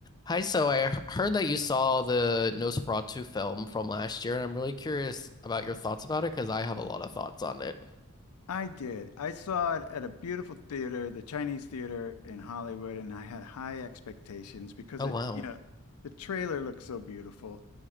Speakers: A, on the left (about 20°); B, on the left (about 80°).
A: Hi, so I heard that you saw the Nosferatu film from last year, and I'm really curious about your thoughts about it because I have a lot of thoughts on it.
B: I did. I saw it at a beautiful theater, the Chinese Theater in Hollywood, and I had high expectations because
A: Oh,
B: it,
A: wow.
B: you know, the trailer looked so beautiful,